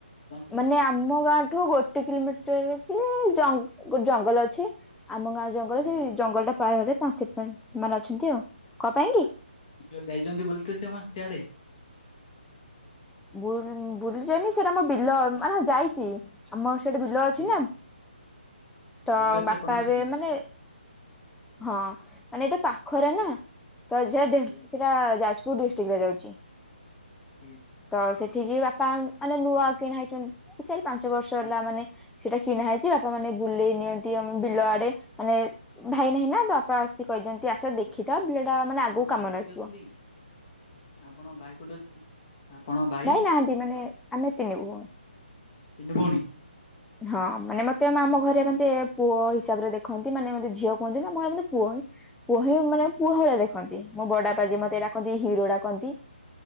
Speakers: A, on the left; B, in the centre.
A: ଜାଣିଛନ୍ତି
B: ମାନେ ଆମ ଗାଁ ଠୁ ଗୋଟେ କିଲୋମିଟର କି ଜଙ୍ଗ ଜଙ୍ଗଲ ଅଛି। ଆମ ଗାଁ ଜଙ୍ଗଲ
A: ଆଜ୍ଞା।
B: ସେ ଜଙ୍ଗଲ ଟା ପାର ହେଲେ, ସେ ସେମାନେ ଅଛନ୍ତି ଆଉ। କ ପାଇଁ କି?
A: ଯଉ ଯାଇଛନ୍ତି ବୁଲିତ ତ, ସେମା ସିଆଡେ।
B: ବୁଲ୍ ବୁଲି ଯାଇନି, ସେଇଟା ଆମ ବିଲ ମାନେ ଯାଇଛି, ଆମ ସେଠି ବିଲ ଅଛି
A: ଆଜ୍ଞା
B: ନା। ଟ
A: ବିଲ ଅଛି
B: ବାପା
A: ଆପଣଙ୍କ
B: ଏବେ
A: ସେଠି
B: ମାନେ। ହଁ, ମାନେ ଏଇଟା ପାଖରେ ନା! ତ ଯେ ସେଟା
A: ଆଜ୍ଞା
B: ଯାଜପୁର ଡିସ୍ ଟିକ୍ ରେ ଯାଉଛି
A: ଆଜ୍ଞା
B: ତ ସେଠ୍ କେହି ବାପା, ମାନେ ନୂଆ କିଣା ହେଇଛନ୍ତି, ଏଇ ଚାରିପାଞ୍ଚ ବର୍ଷ ହେଲା,
A: ଆଜ୍ଞା।
B: ମାନେ ସେଇଟା କିଣା ହେଇଛି, ବାପା ମାନେ ବୁଲେଇ ନିଅନ୍ତି ଆମ ବିଲ ଆଡେ। ମାନେ ଭାଇ ନାହିଁ ନା ତ, ବାପା ଆସିକି କହିଦିଅନ୍ତି, ଆସ ଦେଖିଥା
A: ଆଜ୍ଞା
B: ବିଲଟା ମାନେ
A: ଆପଣ
B: ଆଗକୁ କାମରେ
A: ଭାଇ କୋଉଠି
B: ଆସିବ।
A: ଅଛନ୍ତି ଆପଣଙ୍କ ଭାଇ କଉଠି ଅଛନ୍ତି? ଆପଣଙ୍କ ଭାଇ
B: ଭାଇଁ ନାହାଁନ୍ତି। ମାନେ, ଆମେ ତିନି ଭଉଣୀ।
A: ତିନି ଭଉଣୀ।
B: ହଁ, ମାନେ ମତେ ଆମ ଘରେ ମତେ ପୁଅ ହିସାବରେ ଦେଖନ୍ତି। ମାନେ ମତେ ଝିଅ କୁହନ୍ତିନି, ମୁଁ ଭାବନ୍ତି ପୁଅ ହିଁ। ପୁଅ ହିଁ, ମାନେ
A: ଆଜ୍ଞା
B: ପୁଅ ଭଳିଆ ଦେଖନ୍ତି। ମୋ ବଡବାପା ଯିଏ, ମତେ ଡାକନ୍ତି ହିରୋ ଡାକନ୍ତି।